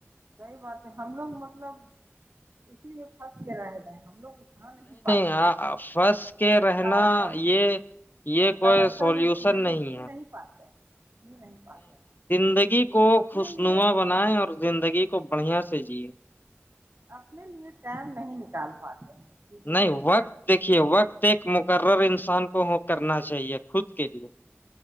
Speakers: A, on the right; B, on the left.
A: صحیح بات ہم لوگ مطلب اسی میں پنس کے رہ گئے ہیں ہم لوگ اٹھا نہیں پاتے
B: ہاں
A: ہیںگ
B: پھنس کے رہنا
A: بت
B: یہ یہ
A: مطلب
B: کوئی
A: اچھا
B: سولوشن
A: سے زندگی جی
B: ہے
A: نہیں پاتے ہیں جی نہیں پاتے
B: زندگی کو
A: اپنے
B: خوشنما
A: لیے
B: بنائیں اور زندگی کو کو بڑھیا سے جی
A: اپنے لیے ٹائم نہیں نکال پاتے ہیں چیزیں
B: نہیں
A: اتنا
B: وقت دیکھیے
A: آدمی
B: وقت ایک
A: کے
B: مقرر
A: پاس کسی
B: انسان
A: کے
B: کو
A: لیے
B: ہو کرنا چاہیے خود کے لیے